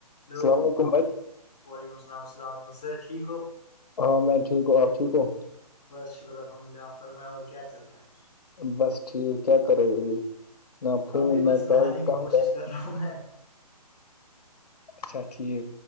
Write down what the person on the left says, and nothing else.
السلام علیکم بھائی
ہاں میں ٹھیک ہوں آپ ٹھیک ہوں
بس ٹھیک کیا کرو گ ابھی نہ فون
نہ
کال
کہاں
گئے
اچھا ٹھیک